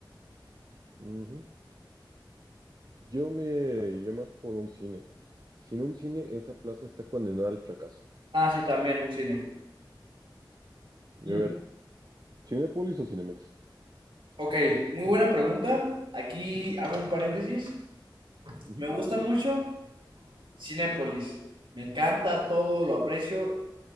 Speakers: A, on the right; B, on the right.
A: Ujú. Yo me iría más por un cine. Sin un cine, esa plaza está condenada al fracaso.
B: Ah, sí, también un cine.
A: Y
B: Mm.
A: a ver, ¿Cinépolis o Cinemex?
B: Ok, muy buena pregunta. Aquí hago un paréntesis.
A: Ujú.
B: Me gusta mucho Cinépolis. Me encanta todo, lo aprecio,